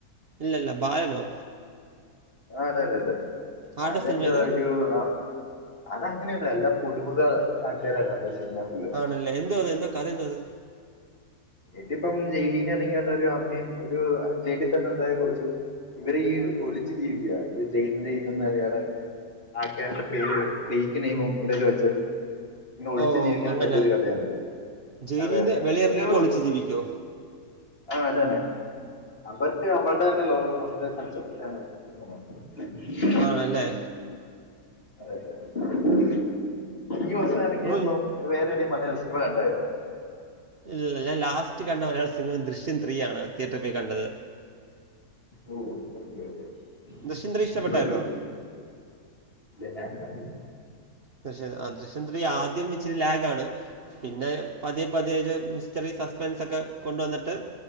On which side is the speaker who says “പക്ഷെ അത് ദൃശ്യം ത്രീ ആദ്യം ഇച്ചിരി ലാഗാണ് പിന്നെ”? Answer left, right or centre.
Right